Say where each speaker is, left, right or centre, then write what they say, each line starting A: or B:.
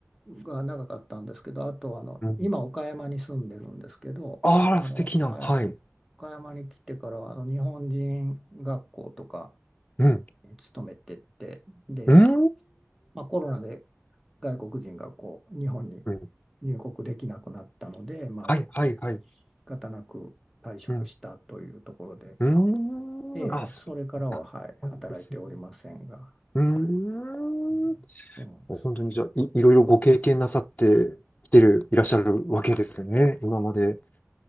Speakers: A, in the centre; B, on the left.
A: が長かったんですけど、あとあの今岡山に住んでるんですけど、
B: うん。あら、
A: あの、
B: 素敵な、
A: はい、
B: はい、
A: 岡山に来てからはあの日本人学校とか
B: うん、
A: に勤めてて、で、
B: うん、
A: まあ、コロナで外国人がこう日本に
B: うん
A: 入国できなくなったので、まあ、
B: はい、はい、はい、
A: 仕方なく退職したというところで、
B: うん、うん、
A: ええそれからは、
B: あ、そうだったんですね。
A: はい、働いておりませんが、
B: うーん、
A: はい、ええそうなんです。
B: 本当にじゃあ、い、いろいろご経験なさってきてる、いらっしゃるわけですね、今まで。